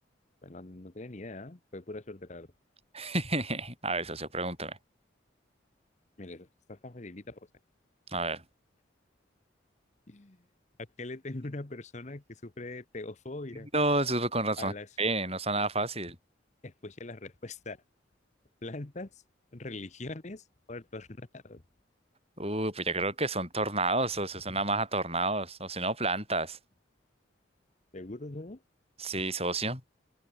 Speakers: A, on the left; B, on the right.
A: no, no tenía ni idea, ¿eh? Fue pura suerte, la verdad.
B: <laughs> A ver, socio, pregúntame.
A: Mire, esta está facilita, pues.
B: A ver.
A: ¿eh? ¿A qué le teme una persona que sufre de teofobia?
B: No, socio, con razón.
A: A las,
B: Eh, no está nada fácil.
A: escuche la respuesta, plantas, religiones o el tornado.
B: Uh, pues ya creo que son tornados, socio, son nada más a tornados. O si no, plantas.
A: <laughs> ¿Seguro no?
B: Sí, socio.